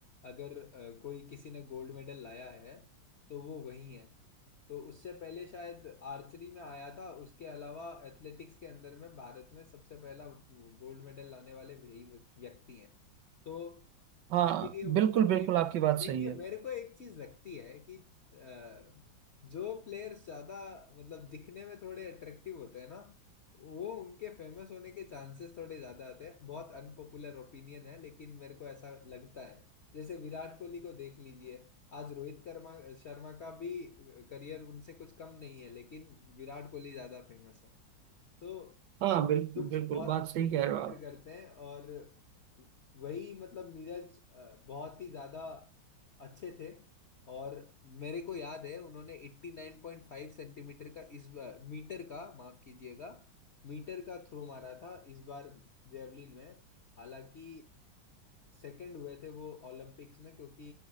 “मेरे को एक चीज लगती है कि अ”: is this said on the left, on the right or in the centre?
Left